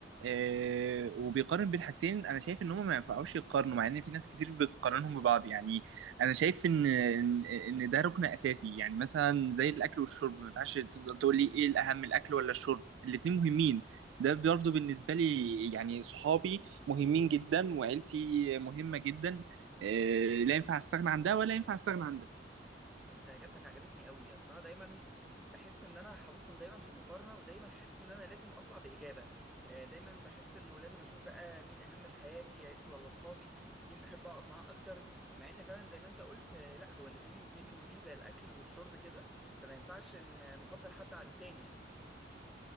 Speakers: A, on the right; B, in the centre.
A: آه، وبيقارن بين حاجتين انا شايف ان هم ما ينفعوش يقارنوا مع ان في ناس كتير بتقارنهم ببعض يعني انا شايف ان ان إن ده ركن اساسي يعني مثلا زي الاكل والشرب ما ينفعش تفضل تقول لي ايه الاهم الاكل ولا الشرب الاتنين مهمين ده برضه بالنسبه لي يعني صحابي مهمين جدا وعيلتي مهمه جدا آه، لا ينفع استغنى عن ده ولا ينفع استغنى عن ده
B: انت اجابتك عجبتني قوي اصل انا دايما بحس ان انا حاططهم دايما في مقارنه ودايما حاسس ان انا لازم اطلع باجابه آه، دايما بحس انه لازم اشوف بقى مين اهم في حياتي عيلتي ولا اصحابي مين بحب اقعد معاه اكتر مع ان فعلا زي ما انت قلت آه، لا هو الاتنين ركنين مهمين زي الاكل والشرب كده فما ينفعش ان آه، نفضل حد عن التاني يعني